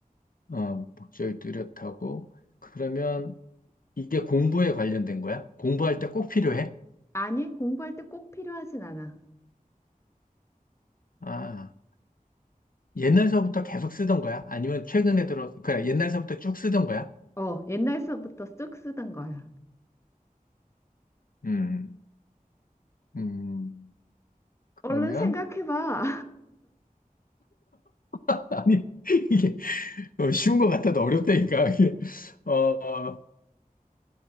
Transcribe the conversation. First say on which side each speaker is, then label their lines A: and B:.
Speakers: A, on the left; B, on the left.
A: 어, 목적이 뚜렷하고. 그러면 이게 공부에 관련된 거야? 공부할 때 꼭 필요해?
B: 아니, 공부할 때 꼭 필요하진 않아.
A: 아, 옛날서부터 계속 쓰던 거야? 아니면 최근에 들어, 그냥 옛날서부터 쭉 쓰던 거야?
B: 어, 옛날서부터 쭉 쓰던 거야.
A: 음, 음, 그러면,
B: 얼른 생각해봐.
A: <laughs> 아니, 이게 어, 쉬운 것 같아도 어렵다니까. 이게, 어,